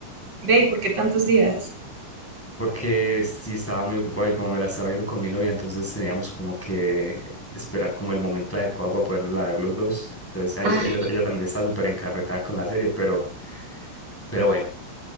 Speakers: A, on the right; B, in the centre.
A: Ve, ¿y ¿por qué tantos días?
B: Porque sí estaba muy ocupado y como me la estaba viendo con mi novia, entonces teníamos como que esperar como el momento adecuado para poderla ver los dos. Entonces ella,
A: Ay,
B: ella, ella también estaba súper encarretada con la serie, pero, pero bueno.